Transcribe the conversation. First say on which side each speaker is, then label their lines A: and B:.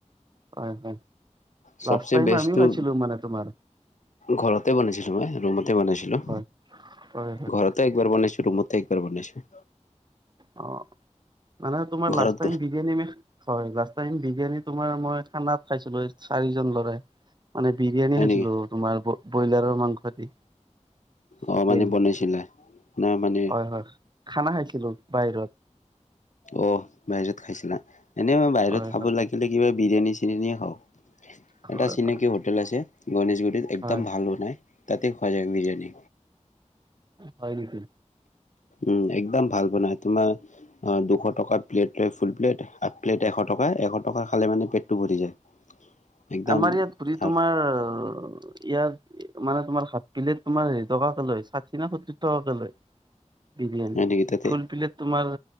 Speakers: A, on the right; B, on the left.
A: হয় হয়।
B: চবচে
A: লাষ্ট টাইম
B: বেষ্টটো
A: আমিও খাইছিলো মানে তোমাৰ
B: ঘৰতে বনাইছিলো মই ৰুমতে বনাইছিলো।
A: হয় হয় হয়
B: ঘৰতে একবাৰ বনাইছো ৰুমতে একবাৰ বনাইছো।
A: অ মানে তোমাৰ
B: ঘৰত
A: লাষ্ট টাইম বিৰিয়ানী এনে হয় লাষ্ট ম বিৰিয়ানী তোমাৰ মই খানাত খাইছিলো এই চাৰিজন লৰাই। মানে বিৰিয়ানী
B: হয়
A: খাইছিলো
B: নেকি
A: তোমাৰ ব্ৰইলাৰৰ মাংস দি। চিকেন
B: অ মানে বনাইছিলে না মানে।
A: হয় হয় খানা খাইছিলো বাহিৰত।
B: অ বাহিৰত খাইছিলা এনে মই বাহিৰত
A: হয়
B: খাব
A: হয়
B: লাগিলে কিবা বিৰিয়ানী চিৰিয়ানিয়ে খাওঁ।
A: হয়
B: এটা চিনাকি
A: হয়
B: হোটেল আছে গণেশগুৰিত একদম
A: হয়
B: ভাল বনাই। তাতে খোৱা যায় বিৰিয়ানী।
A: হয় নেকি
B: উম একদম ভাল বনাই তোমাৰ অ দুশ টকা প্লেট লয় ফুল প্লেট হাফ প্লেট এশ টকা। লয় এশ টকাৰ খালে মানে পেটটো ভৰি যায়। একদম
A: আমাৰ ইয়াত ঘূৰি
B: আৰু
A: তোমাৰ ইয়াত। মানে তোমাৰ হাত পেলেট এটকা লয় তোমাৰ হেৰি টকাকে লয় ষাঠি না সত্তৰ টকাকে লয়। বিৰিয়ানী
B: হয় নেকি তাতে
A: ফুল পিলট তোমাৰ